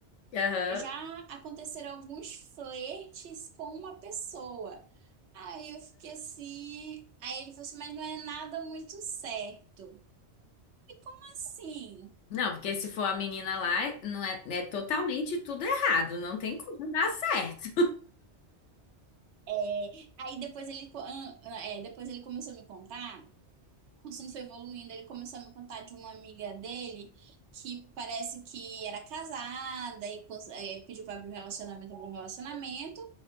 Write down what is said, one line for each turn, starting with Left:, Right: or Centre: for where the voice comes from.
Left: Aham.
Right: Já aconteceram alguns flertes com uma pessoa. Aí eu fiquei assim. Aí ele falou assim: mas não é nada muito certo. E como assim?
Left: Não, porque se for a menina lá, não é, é totalmente tudo errado, não tem como dar certo.
Right: É, Aí depois ele, co- ah, ah, é, depois ele começou a me contar. o assunto foi evoluindo, ele começou a me contar de uma amiga dele que parece que era casada e cons- eh, pediu para abrir um relacionamento, abriu um relacionamento.